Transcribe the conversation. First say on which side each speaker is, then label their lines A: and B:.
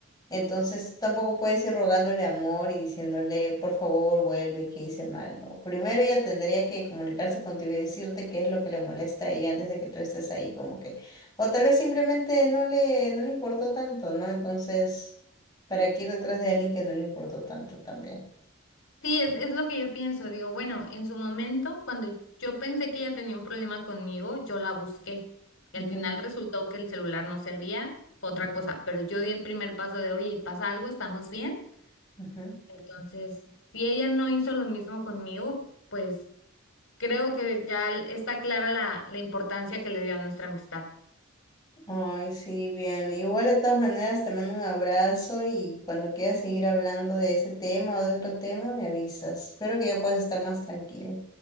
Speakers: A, on the left (about 20°); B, on the left (about 65°).
A: Entonces tampoco puedes ir rogándole amor y diciéndole, por favor, vuelve, que hice mal, ¿no? Primero ella tendría que comunicarse contigo y decirte qué es lo que le molesta a ella antes de que tú estés ahí, como que, o tal vez simplemente no le, no le importó tanto, ¿no? Entonces, ¿para qué ir detrás de alguien que no le importó tanto también?
B: Sí, es, es lo que yo pienso. Digo, bueno, en su momento, cuando yo pensé que ella tenía un problema conmigo, yo la busqué. Y
A: Ujú,
B: al final resultó que el celular no servía, fue
A: ujú,
B: otra cosa. Pero yo di el primer paso de, oye, ¿pasa algo? ¿Estamos bien?
A: ujú.
B: Entonces, si ella no hizo lo mismo conmigo, pues creo que ya está clara la, la importancia que le dio a nuestra amistad.
A: Ay, sí, bien. Igual de todas maneras te mando un abrazo y cuando quieras seguir hablando de ese tema o de otro tema, me avisas. Espero que ya puedas estar más tranquilo.